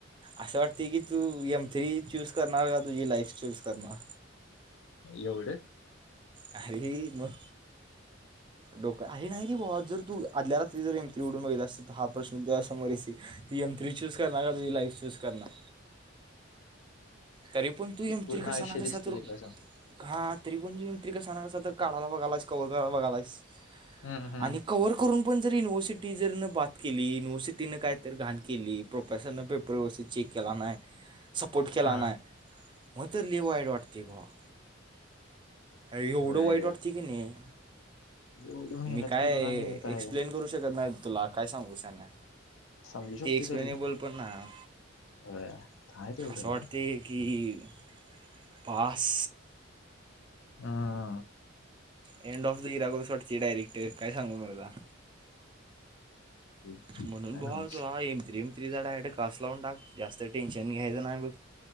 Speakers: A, on the right; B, on the left.
A: असं वाटतंय की तू एम थ्री चूस करणार का तुझी लाईफ चूस करणार?
B: एवढं?
A: अरे मग डोक, आरे नाही रे भुवा जर तू आदल्या रात्री जर एम थ्री उघडून बघितला असती तर हा प्रश्न डोळ्यासमोर <unintelligible> तु एम थ्री चूज करणार का तुझी लाईफ चूज करणार? तरी पण तू एम थ्री
B: पूर्ण
A: तरी
B: आयुष्य
A: कसा ना कसा
B: दिसते
A: तर,
B: त्याच हा
A: हा तरी पण तू एम तरी कसा ना कसा तर काढाला बघालायस कव्हर कराला बघालायस
B: हम्म हम्म
A: आणि कव्हर करून पण जर युनिव्हर्सिटी जर बात केली, युनिव्हर्सिटीनं काय तर घाण केली प्रोफेसरनं बिपेस‌ पर व्यवस्थित चेक केला नाय.
B: <inaudible>
A: सपोर्ट केला
B: हा
A: नाही, मग तर लय वाईट वाटते भावा. अय एवढं
B: होय
A: वाईट वाटतं की नाही.
B: एवढी मेहनत
A: मी काय
B: करून आणि काय
A: एक्सप्लेन करू शकत नाही तुला, काय सांगू शहाण्या.
B: समजू शकते
A: ते एक्सप्लेनेबल
B: तरी
A: पण नाय,
B: होय आहे तेवढं
A: असं वाटते
B: तरी
A: की, पास
B: हम्म.
A: एंड ऑफ द इरा करुशी वाटतंय डायरेक्ट, काय सांगू मर्दा.
B: काय
A: म्हणून भावा
B: नव्हच
A: तुझा एम थ्री एम थ्रीचा डायरेक्ट क्लास लावून टाक, जास्त टेन्शन घ्यायचं नाही बघ.